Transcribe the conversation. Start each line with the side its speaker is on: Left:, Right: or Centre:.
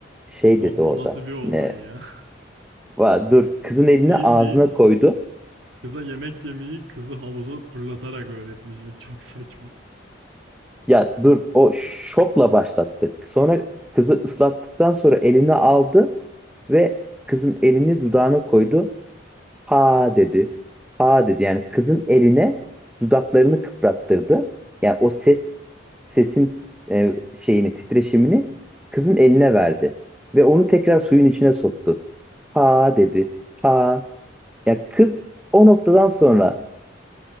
Centre: Şey
Right: Abi
Centre: dedi orada.
Right: bu nasıl bir olay
Centre: Ne?
Right: ya?
Centre: "Va- Dur kızın
Right: <laughs>
Centre: elini
Right: Bildiğin
Centre: ağzına koydu.
Right: kıza yemek yemeyi kızı havuza fırlatarak öğretmiş. <laughs> Çok saçma.
Centre: Ya dur o şokla başlattı. Sonra kızı ıslattıktan sonra elini aldı ve kızın elini dudağına koydu. Aa dedi. Aa dedi. Yani kızın eline dudaklarını kıprattırdı. Yani o ses sesin e, şeyini titreşimini kızın eline verdi ve onu tekrar suyun içine soktu. Ha dedi. Ha. Ya kız o noktadan sonra